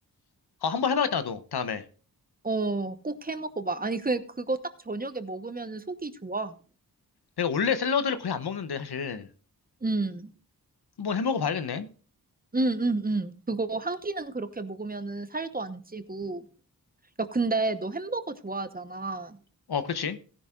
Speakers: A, on the left; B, on the right.
A: 아, 한번 해봐야겠다, 나도. 다음에.
B: 어, 꼭 해 먹어봐. 아니, 그, 그거 딱 저녁에 먹으면 은 속이 좋아.
A: 내가 원래 샐러드를 거의 안 먹는데, 사실.
B: 음,
A: 한번 해먹어 봐야겠네.
B: 음, 음, 음. 그거 한 끼는 그렇게 먹으면은 살도 안 찌고, 야, 근데 너 햄버거 좋아하잖아.
A: 어, 그렇지.